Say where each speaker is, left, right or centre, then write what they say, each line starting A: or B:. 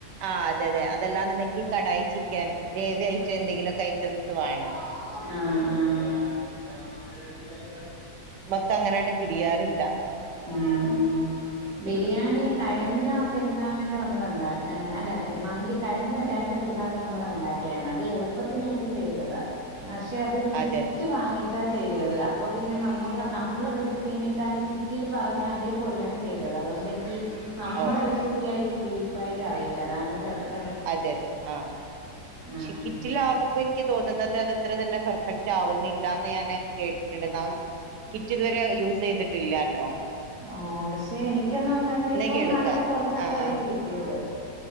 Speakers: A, on the right; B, on the right.
A: ആ അതെ അതെ അതെല്ലാം ണ്ടെങ്കിൽ കടായി ചിക്കൻ ഗ്രേവി ആയിട്ട് എന്തെങ്കിലെക്കെ ഐറ്റംസ് വേണം.
B: ആഹ ആഹ
A: ക്ക് അങ്ങനട് തിരിയാറില്ല.
B: ഉം ബിരിയാണി കഴിഞ്ഞ പെരുന്നാളിനൊക്കെ നമ്മൾണ്ട അല്ല മന്തി കഴിഞ്ഞ രണ്ട് പെരുന്നാളിന് നമ്മൾ ഉണ്ടാക്കിയായിരുന്നു. അത് എളുപ്പത്തിന് വേണ്ടി ചെയ്തത പക്ഷെ അത് കിറ്റ്
A: അതെ അതെ
B: വാങ്ങിട്ടാ ചെയ്തത് അപ്പൊ പിന്നെ നമ്മള് നമ്മള റെസിപ്പീനെ ക്കാലും കിറ്റിൽ പറഞ്ഞ അതേപോലെയാണ് ചെയ്തത്. അതുകൊണ്ട് എനിക്കി നമ്മളെ
A: ഓ
B: റെസിപ്പി യായിട്ട് ഡീപ്പായിട്ട് അറിയില്ല അതാണ്ത്
A: അതെ അതെ ആഹ
B: ആഹ്
A: ക്ഷെ കിറ്റിലാ കുമ്പോ എനിക്ക് തോന്നുന്നത് അതത്ര തന്നെ പെർഫെക്റ്റ് ആവുന്നില്ലാന്ന് ഞാന് കേട്ടിട്ടുണ്ട് ന കിറ്റ് ഇതുവരെ യൂസ് ചെയ്തിട്ടില്ലാട്ടോ
B: ഓ പക്ഷെ എനിക്കന്നണ്ടാക്കിയപ്പോ
A: കേൾക്കാം
B: നല്ല പെർഫെക്റ്റയിട്ട്
A: ആഹ് ആഹ്
B: കിട്ടിയത്.